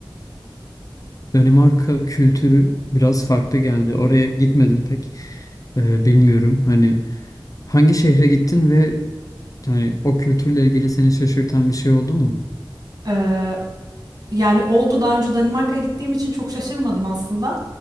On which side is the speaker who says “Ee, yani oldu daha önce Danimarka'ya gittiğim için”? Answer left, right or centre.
Right